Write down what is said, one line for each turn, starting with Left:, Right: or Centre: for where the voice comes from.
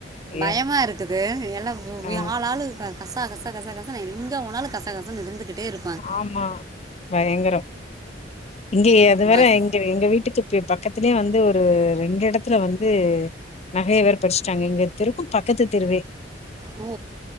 Right: பயமா
Left: ஏ
Right: இருக்குது எல்லா
Left: ஆ
Right: ஆள் ஆளு கசா கசா கச கசனு எங்க போனாலு கச கசனு இருந்துகிட்டே இரு
Left: ஆமா பயங்கரோ இங்க அதுவர
Right: பஸ்
Left: எங்க வீட்டுக்கு ப பக்கத்துலயே வந்து ஒரு ரெண்டு எடத்துல வந்து நகைய வேற பறிச்சுட்டாங்க எங்க தெருக்கு பக்கத்து தெருவே
Right: ஓ